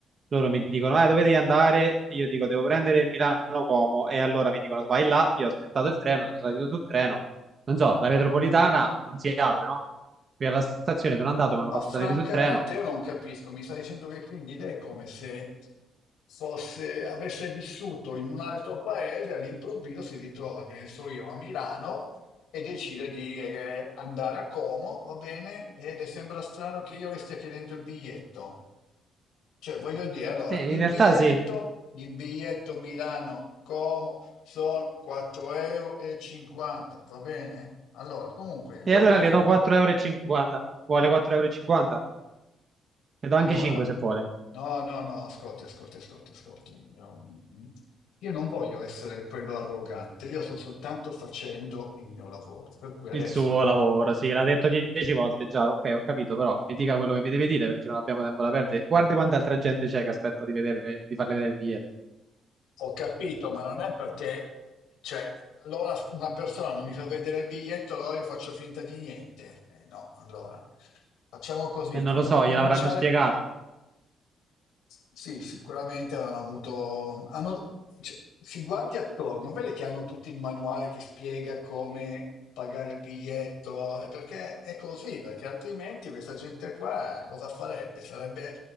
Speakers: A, on the right; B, on the left.
A: Loro mi dicono, eh, dove devi andare? E Io dico, devo prendere il Milano-Como. E allora mi dicono, vai là. Io ho aspettato il treno, sono salito sul treno. Non so, la metropolitana non si apre, no? Qui alla stazione sono andato, mi
B: Ma
A: hanno fatto
B: francamente
A: salire sul treno.
B: io non capisco, mi sta dicendo che quindi lei è come se fosse, avesse vissuto in un altro paese, all'improvviso si ritrova, che ne so io, a Milano e decide di eh, andare a Como, va bene? E le sembra strano che io le stia chiedendo il biglietto. Cioè, voglio dire, allora,
A: E
B: il
A: in realtà
B: biglietto,
A: sì.
B: il biglietto Milano-Como sono 4,50 euro, e cinquanta, va bene? Allora, comunque, io
A: E allora
B: non è
A: le
B: che...
A: do
B: vo-
A: 4,50 euro. Vuole 4,50 euro? Le do
B: Allora,
A: anche 5 se vuole.
B: no, no, no, ascolti, ascolti, ascolti, ascolti. Io, mm, io non voglio essere quello arrogante, io sto soltanto facendo il mio lavoro. Per cui adesso
A: Il suo lavoro, sì, l'ha detto dieci volte già, ok, ho capito, però mi dica quello che mi deve dire perché non abbiamo tempo da perdere. Guarda quanta altra gente c'è che aspetta di vedere, di farle vedere il biglietto.
B: ho capito, ma non è perché, cioè, allora una persona non mi fa vedere il biglietto, allora io faccio finta di niente. Eh, no, allora, facciamo così,
A: E non
B: tanto
A: lo so,
B: per cominciare.
A: gliel'avranno spiegato.
B: Sì, sicuramente hanno avuto. hanno- cioè, si guardi attorno, vede che hanno tutto il manuale che spiega come pagare il biglietto, eh, perché è così, perché altrimenti questa gente qua eh, cosa farebbe? Sarebbe,